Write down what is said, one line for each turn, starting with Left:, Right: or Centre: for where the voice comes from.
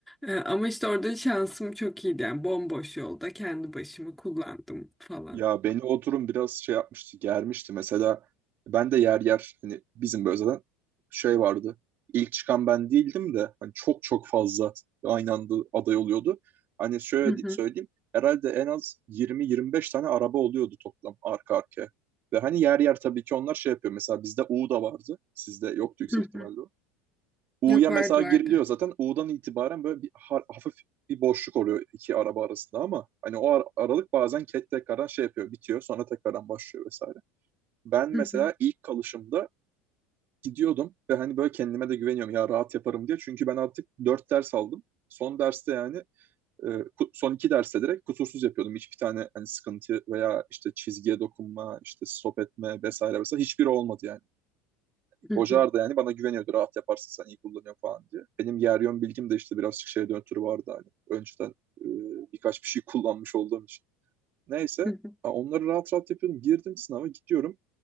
Centre: Ee, ama işte orada şansım çok iyiydi. Yani bomboş yolda kendi başımı kullandım falan.
Right: Ya beni o durum biraz şey yapmıştı, germişti. Mesela ben de yer yer hani bizim böyle zaten şey vardı. İlk çıkan ben değildim de hani çok çok fazla aynı anda aday oluyordu. Hani şöyle
Centre: Hı hı,
Right: di- söyleyeyim herhalde en az 20-25 tane araba oluyordu toplam arka arkaya. Ve hani yer yer tabii ki onlar şey yapıyor. Mesela bizde U da vardı. Sizde yoktu yüksek
Centre: hı
Right: ihtimalle.
Centre: hı.
Right: U'ya
Centre: Yok vardı
Right: mesela giriliyor
Centre: vardı.
Right: zaten. U'dan itibaren böyle bir ha- hafif bir boşluk oluyor iki araba arasında ama hani o ar- aralık bazen ket tekrardan şey yapıyor, bitiyor. Sonra tekrardan başlıyor vesaire. Ben mesela
Centre: Hı hı,
Right: ilk kalışımda gidiyordum ve hani böyle kendime de güveniyorum ya rahat yaparım diye. Çünkü ben artık dört ders aldım. Son derste yani e, ku- son iki derste direkt kusursuz yapıyordum. Hiçbir tane hani sıkıntı veya işte çizgiye dokunma, işte stop etme vesaire vesaire hiçbiri olmadı yani.
Centre: hı
Right: Hoca
Centre: hı,
Right: da yani bana güveniyordu. Rahat yaparsın sen iyi kullanıyorsun falan diye. Benim Yeryon bilgim de işte birazcık şeye döntürü vardı hani. Önceden e, birkaç bir şey kullanmış olduğum için. Neyse
Centre: hı hı,
Right: onları rahat rahat yapıyordum. Girdim sınava gidiyorum.